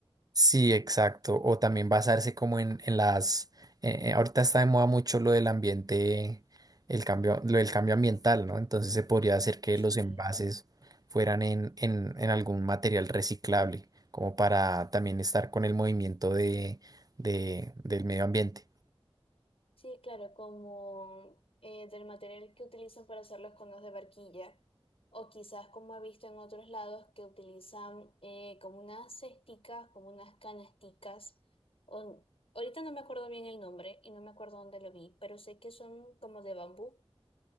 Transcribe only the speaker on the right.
Sí, exacto. O también basarse como en, en las... eh, eh, ahorita está de moda mucho lo del ambiente, el cambio, lo del cambio ambiental, ¿no? Entonces se podría hacer que
los envases fueran en, en, en algún material reciclable, como para también estar con el movimiento de, de, del medio ambiente.